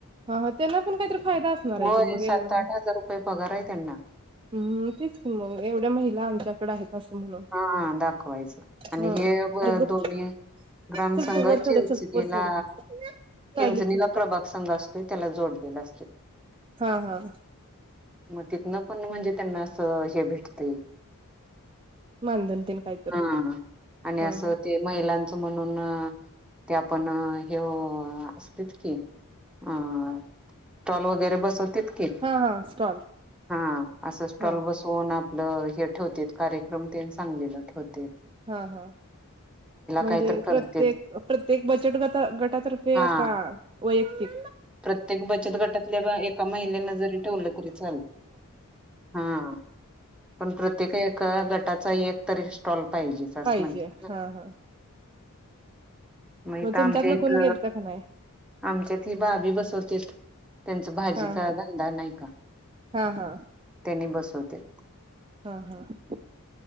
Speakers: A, on the right; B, in the centre.
A: हा ह त्यांना पण काहीतरी फायदा असणार आहे
B: होय
A: की मग
B: सात
A: एवढं
B: आठ
A: म
B: हजार रुपये पगार आहे त्यांना
A: हम्म तेच की मग एवढ्या महिला आमच्याकड आहेत असं म्हणून
B: हा दाखवायचं आणि
A: हा
B: हे
A: अरे गप
B: दोन्ही ग्रामसंंघ
A: चल तू वर
B: चिंचणीला
A: चढ चल वर चढ
B: चिंचणीला
A: टॉयलेट चल
B: प्रभाग संघ असतोय त्याला जोडत लेले असतं
A: हा हा
B: मग तिथन पण म्हणजे त्यांना असं हे भेटतय
A: मानधन तेन काहीतर
B: हा आणि असं
A: हा हा
B: ते महिलांचं म्हणून ते पण हे असत की अं स्टॉल वगैरे बसत तेच की
A: हा हा स्टॉल
B: हा असं स्टॉल
A: हा
B: बसवून आपलं हे ठेवतेत कार्य क्रम ते सांगलिला ठेवतात
A: हा हा म्हणजे
B: काय तर करतेत
A: प्रत्येक प्रत्येक बचत गटा गटातर्फे
B: हा
A: आहे का वैयक्तिक
B: प्रत्येक बचत गटातल्या एका महिलेनं जरी ठेवलं तरी चालतं हा पण प्रत्येक एका गटाचा एकतरी स्टॉल पाहिजे आस
A: पाहिजे
B: म्हणतेत ग
A: हा हा
B: मग इथ आमच्या
A: तुमच्यातलं
B: इथ
A: कोण गेलत का नाही
B: आमच्यात ही भाभी बसवतेत त्यांचा भाजीचा
A: हा हा
B: धंदा नाही का
A: हा हा
B: त्यांनी बसवतेत
A: हं